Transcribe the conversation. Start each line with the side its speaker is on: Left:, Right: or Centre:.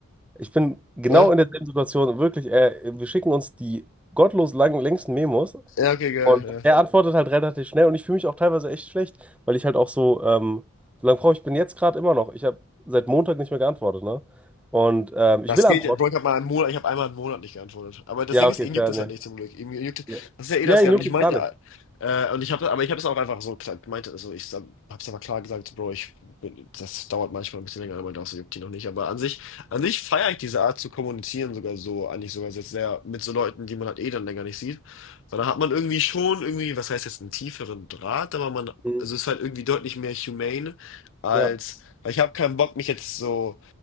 Centre: Ich bin genau
Left: ne?
Centre: in derselben Situation. Wirklich, äh, wir schicken uns die gottlos langen, längsten Memos
Left: Ja, okay, geil.
Centre: und
Left: Ja.
Centre: er antwortet halt relativ schnell und ich fühle mich auch teilweise echt schlecht, weil ich halt auch so, ähm, so lange brauche ich bin jetzt gerade immer noch. Ich habe seit Montag nicht mehr geantwortet, ne? Und ähm, ich
Left: Das
Centre: will antworten.
Left: geht, Bro, ich habe mal einen Monat, ich habe einmal einen Monat nicht geantwortet. Aber das
Centre: Ja,
Left: Ding
Centre: okay,
Left: ist, ihn
Centre: fair,
Left: juckt es
Centre: ne.
Left: halt nicht zum Glück. Ihm juckt,
Centre: Ja,
Left: das ist ja eh
Centre: ja
Left: das
Centre: ihn
Left: gar
Centre: juckt
Left: Und Ich
Centre: es
Left: meinte,
Centre: gar nicht.
Left: äh, und ich habe, aber ich habe es auch einfach so gesagt, meinte, also ich sag- hab's aber klar gesagt, Bro, ich bin, das dauert manchmal ein bisschen länger, aber das juckt ihn noch nicht. Aber an sich, an sich feiere ich diese Art zu kommunizieren sogar so, eigentlich sogar jetzt sehr mit so Leuten, die man halt eh dann länger nicht sieht. Weil da hat man irgendwie schon irgendwie, was heißt jetzt, einen tieferen Draht, aber man,
Centre: Mhm.
Left: also ist halt irgendwie deutlich mehr humane als,
Centre: Ja,
Left: weil ich habe keinen Bock, mich jetzt so